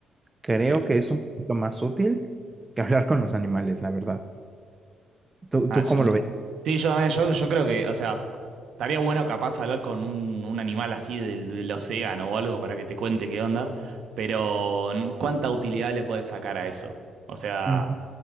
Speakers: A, on the right; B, on the right.
A: creo
B: Sí.
A: que es un poquito más útil que hablar con los animales, la verdad. ¿Tú,
B: Ah,
A: tú
B: yo-
A: cómo lo
B: sí, yo también, yo, yo creo que, o sea, estaría bueno capaz hablar con un, un animal así del, del océano o algo para que te cuente qué onda, pero n- ¿cuánta utilidad le puedes sacar a eso? O sea,
A: ves?